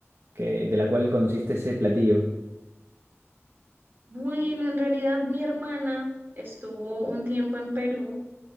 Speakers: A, on the right; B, on the right.
A: que, de la cual conociste ese platillo?
B: Bueno, en realidad mi hermana estuvo un tiempo en Perú